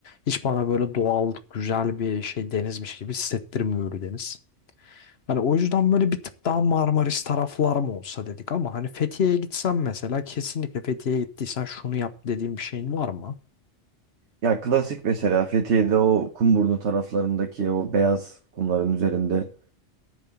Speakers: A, on the left; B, on the right.
A: Hiç bana böyle doğal güzel bir şey denizmiş gibi hissettirmiyor Ölüdeniz. Hani o yüzden böyle bir tık daha Marmaris taraflar mı olsa dedik ama hani Fethiye'ye gitsen mesela kesinlikle Fethiye'ye gittiysen şunu yap dediğim bir şeyin var mı?
B: Ya klasik mesela Fethiye'de o Kumburnu taraflarındaki o beyaz kumların üzerinde